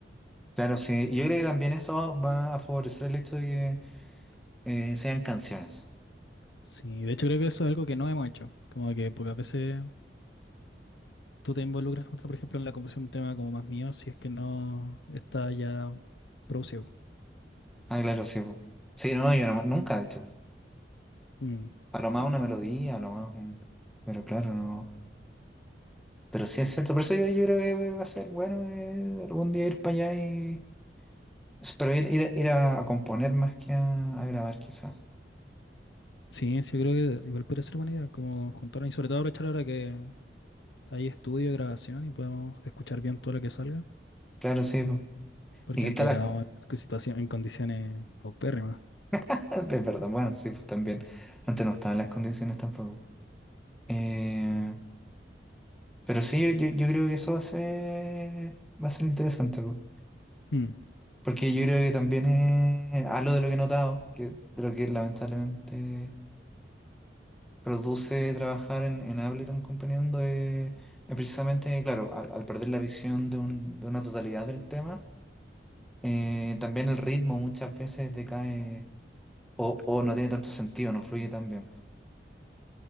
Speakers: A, in the centre; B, on the left.
A: claro, sí. Y yo creo que también eso va a favorecer el hecho de que eh, sean canciones.
B: Sí, de hecho creo que eso es algo que no hemos hecho, como que pocas veces tú te involucras tanto, por ejemplo, en la composición de un tema como más mío, si es que no está ya producido.
A: Ah, claro, sí, pues. Sí, no, yo no- nunca, de hecho.
B: Mm.
A: A lo más una melodía, a lo más un... Pero claro, no. Pero sí es cierto. Por eso yo, yo creo que va a ser bueno eh, algún día ir para allá y... Pero ir, ir, a- ir a componer más que a, a grabar, quizás.
B: Sí, sí, yo creo que igual podría ser buena idea, como juntarnos y sobre todo aprovechar ahora que hay estudio y grabación y podemos escuchar bien todo lo que salga.
A: Claro, sí, po.
B: Porque
A: Y que
B: antes
A: está la...
B: grabábamos en situación, en condiciones paupérrimas.
A: <laughs> Es verdad, bueno, sí, pues también. Antes no estaban las condiciones tampoco. Eh, pero sí, yo, yo- yo creo que eso va a ser, va a ser interesante, po.
B: Mm,
A: Porque yo creo que también es algo de lo que he notado, que, de lo que lamentablemente produce trabajar en, en Ableton componiendo, eh, es precisamente, claro, al, al perder la visión de, un- de una totalidad del tema, eh, también el ritmo muchas veces decae o, o no tiene tanto sentido, no fluye tan bien.